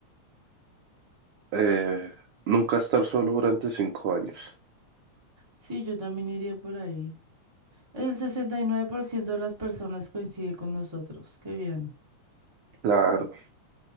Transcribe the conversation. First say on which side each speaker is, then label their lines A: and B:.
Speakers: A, on the right; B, on the right.
A: Eh, nunca estar solo durante cinco años.
B: Sí, yo también iría por ahí. El 69% de las personas coincide con nosotros. Qué bien.
A: Claro,